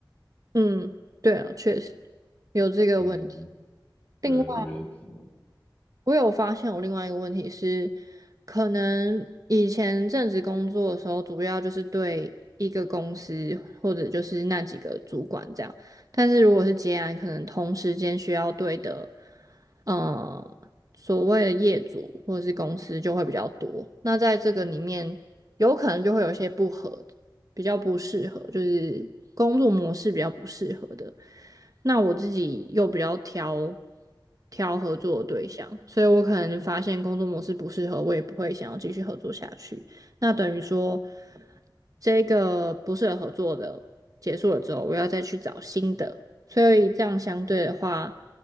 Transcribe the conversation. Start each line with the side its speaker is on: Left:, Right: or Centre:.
Right: 嗯，对啊，确实
Left: 嗯
Right: 有这个问题。
Left: 嗯，
Right: 另外，
Left: 对对，嗯
Right: 我有发现我另外一个问题是，可能以前正职工作的时候，主要就是对一个公司或者就是那几个主管这样，但是如果是接案，可能同时间需要对的呃，所谓的业主或者是公司就会比较多。那在这个里面，有可能就会有一些不合的比较不适合，就是工作模式比较不适合的。那我自己又比较挑挑合作的对象，所以我可能发现工作模式不适合，我也不会想要继续合作下去。那等于说，这个不适合合作的结束了之后，我要再去找新的。所以这样相对的话，